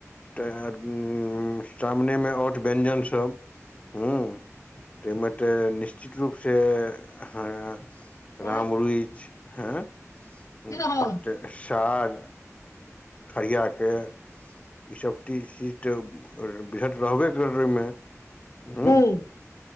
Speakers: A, on the left (about 25°); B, on the left (about 80°).
A: तऽ सामनेमे आर्थ व्यञजनसभ ह ताहिमे तऽ निश्चित रूपसँ अ
B: तोरा
A: राम रुइच। हँ।
B: की
A: ह
B: रहल
A: त। साग ठरआाके। ई सबबटीसी। तऽ -वृहत रहबे करै ओहिमे। हूं।
B: मूँग